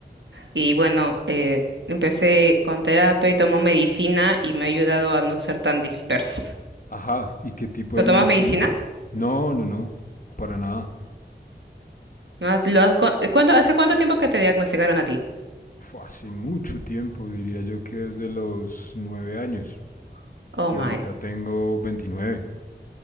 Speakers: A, on the right; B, on the left.
A: Y bueno, eh, empecé con terapia y tomo medicina y me ha ayudado a no ser tan dispersa.
B: Ajá, ¿y qué tipo
A: ¿Lo
B: de
A: tomas
B: medicina?
A: medicina?
B: No, no, no, para nada.
A: ¿No has- lo has co- eh, ¿Cuándo, hace cuánto tiempo que te diagnosticaron a ti?
B: Fue hace mucho tiempo, diría yo que desde los nueve años.
A: Oh
B: Y
A: my.
B: ahorita tengo 29,